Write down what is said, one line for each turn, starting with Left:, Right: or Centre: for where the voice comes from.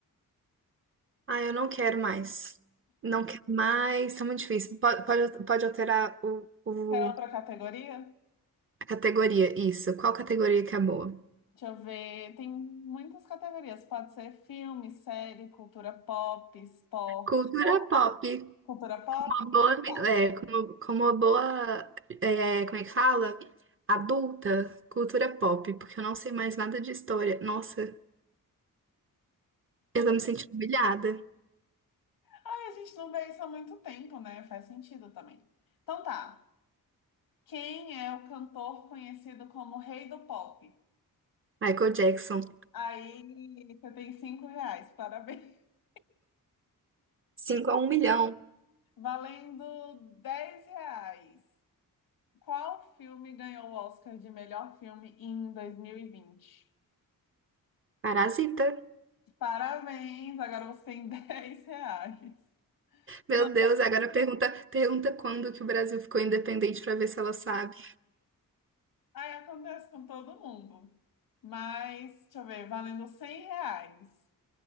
Right: Ah, eu não quero mais. Não quero mais, tá muito difícil. Pode, pode, pode alterar o, o-
Left: Quer outra categoria?
Right: a categoria, isso. Qual categoria que é boa?
Left: Deixa eu ver. Tem muitas categorias. Pode ser filme, série, cultura pop, esporte,
Right: Cultura
Left: arte.
Right: pop,
Left: Cultura pop?
Right: uma
Left: Então
Right: boa,
Left: tá.
Right: é, como, como uma boa, é, como é que fala? Adulta, cultura pop, porque eu não sei mais nada de história. Nossa,
Left: Tudo
Right: eu tô me sentindo humilhada.
Left: Ai, a gente não vê isso há muito tempo, né? Faz sentido também. Então tá. Quem é o cantor conhecido como Rei do Pop?
Right: Michael Jackson,
Left: Aí você tem cinco reais, parabéns. <laughs>
Right: Cinco a um milhão.
Left: Valendo 10 reais. Qual filme ganhou o Oscar de melhor filme em 2020?
Right: Parasita.
Left: Parabéns, agora você tem <laughs> 10 reais.
Right: Meu
Left: Não,
Right: Deus, agora pergunta, pergunta quando que o Brasil ficou independente pra ver se ela sabe.
Left: aí acontece com todo mundo. Mas, deixa eu ver, valendo 100 reais.